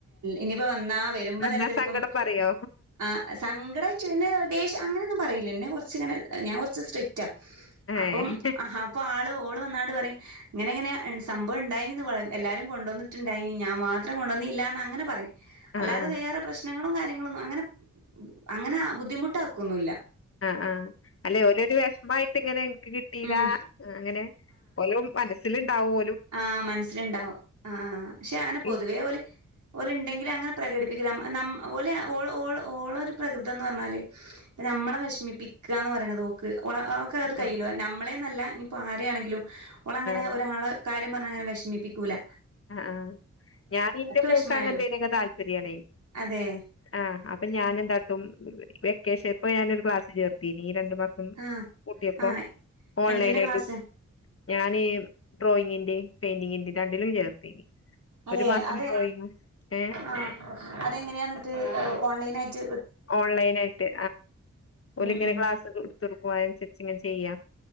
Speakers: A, on the right; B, on the left.
A: ഇനിയിപ്പോ വന്നാ വരുമ്പോ
B: എന്നാ
A: തന്നെ ചിലപ്പം
B: സങ്കടം പറയോ
A: ആഹ് സങ്കടായിട്ട് പിന്നെ ദേഷ്യം അങ്ങനെ ഒന്നും പറയില്ല എന്നെ കുറച്ചിങ്ങനെ ഞാൻ കുറച്ച് സ്ട്രിക്റ്റാ
B: ഏഹ്
A: അപ്പം അപ്പൊ ആള് ഓള് വന്നാണ്ട് പറയും ഇങ്ങനെ ഇങ്ങനെ സംഭവം ഉണ്ടായിന്ന് എല്ലാരും കൊണ്ടുവന്നിട്ടുണ്ടായിനിം ഞാൻ മാ മാത്രം കൊണ്ടുവന്നില്ലാന്ന് അങ്ങനെ പറയും
B: ആഹ്
A: അല്ലാതെ
B: ആഹ്
A: വേറെ പ്രശ്നങ്ങളും കാര്യങ്ങളൊന്നും അങ്ങനെ അങ്ങനെ ബുദ്ധിമുട്ട് ആക്കൊന്നില്ല
B: ആഹാ ആഹാ അല്ലെ ഓല ഒരു വിഷമമായിട്ട് ഇങ്ങനെ എനിക്ക് കിട്ടീലാ
A: ഉം
B: അങ്ങനെ ഓലും മനസ്സില് ഉണ്ടാവു
A: ആഹാ മനസ്സിലുണ്ടാവും ആഹാ പക്ഷെ അങ്ങനെ പൊതുവേ
B: ഉം
A: ഓല് ഓലെ ഉണ്ടെങ്കിലും അങ്ങനെ പ്രകടിപ്പിക്കൂല ഓലെ ഓള് ഓള് ഓള ഒരു പ്രകൃതംന്ന് പറഞ്ഞാല് നമ്മളെ വിഷമിപ്പിക്കാന്ന് പറയണ ഒക്കെ അത് കയ്യില്ലോ
B: ആഹ്
A: നമ്മളെന്നല്ല ഇനിപ്പോ ആര ആണെങ്കിലും ഓള അങ്ങനെ
B: ആഹ്
A: ഒരാളെ കാര്യം പറഞങ്ങനെ വിഷമിപ്പിക്കൂല്ല
B: ആഹാ ആഹാ ഞാൻ ഇന്റെ മോക്ക്
A: വെഷമായാലും
B: അങ്ങനത്തെനൊക്കെ താല്പര്യണ്
A: അതെ
B: ആഹ് അപ്പോ ഞാനെ എന്താട്ടും വെക്കേഷൻ ഇപ്പ ഞാനൊരു ക്ലാസ് ചേർത്തീനിം ഈ രണ്ടു മാസം
A: ആഹ്
B: പൂട്ടിയപ്പോ
A: ആഹ്
B: ഓൺലൈനായിട്ട്
A: എന്തിന്റെ ക്ലാസ്
B: ഞാന് ഡ്രോയിങ്ങിന്റെയും പെയിന്റിങ്ങിന്റെയും രണ്ടിലും ചേർത്തീനിം
A: അതെ
B: ഒരു മാസം
A: അതെ
B: പോയിന്നു ഏ
A: ആഹ് അതെങ്ങനെയാന്നിട്ട് ഓൺലൈൻ ആയിട്ട്
B: ഓൺലൈൻ ആയിട്ട് ഓല്
A: ഉം
B: ഇങ്ങനെ
A: ഉം
B: ക്ലാസ് <unintelligible> ഇങ്ങനെ ചെയ്യാം